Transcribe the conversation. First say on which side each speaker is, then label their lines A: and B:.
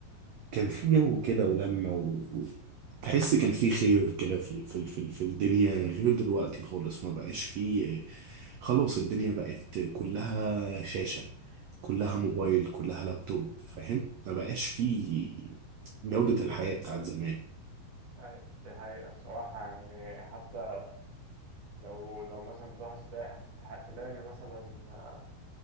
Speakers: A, on the right; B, on the right.
A: كان في جو كده ولمة و... و- تحس كان في خير كده في ال- في ال- في ال- في الدنيا غير دلوقتي خالص ما بقاش فيه خلاص الدنيا بقت كلها شاشة كلها
B: بالظبط
A: موبايل كلها لابتوب فاهم ما بقاش فيه جودة الحياة بتاعت زمان
B: هاي دي حقيقة الصراحة يعني حتى لو لو مثلا تروح الساحل تح- تلاقي إن مثلا